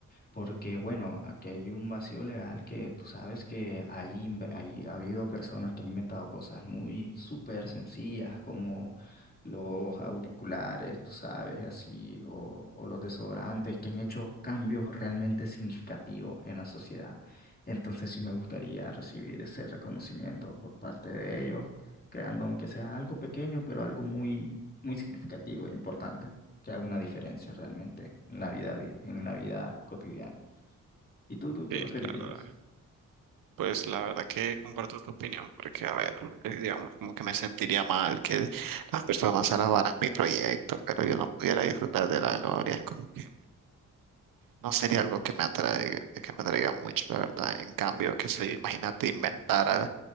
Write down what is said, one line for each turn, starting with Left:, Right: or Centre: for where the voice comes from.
Left: porque bueno, aquí hay un vacío legal que tú sabes que hay, inve- hay- ha habido personas que han inventado cosas muy súper sencillas como los auriculares, tú sabes, y así, o, o los desodorantes, que han hecho cambios realmente significativos en la sociedad. Entonces sí me gustaría recibir ese reconocimiento por parte de ellos creando aunque sea algo pequeño, pero algo muy, muy significativo e importante, que haga una diferencia realmente en la vida, vi- en la vida cotidiana. ¿Y tú, tú qué
Right: Sí,
Left: preferirías?
Right: claro, la- pues la verdad que comparto tu opinión, porque a ver, eh, digamos, como que me sentiría mal que las personas alabaran mi proyecto, pero yo no pudiera disfrutar de la gloria, como que No sería algo que me atraiga, que me atraiga mucho, la verdad. En cambio, que se imagínate inventara